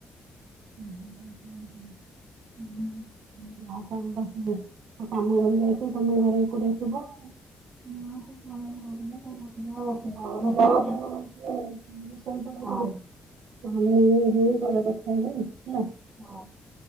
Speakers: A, on the right (about 80°); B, on the right (about 45°).
A: ଓ ହଁ <inaudible>
B: <inaudible>
A: <unintelligible>
B: <unintelligible>
A: <unintelligible>
B: ବସିଛି ଆଉ।
A: <unintelligible>
B: <inaudible>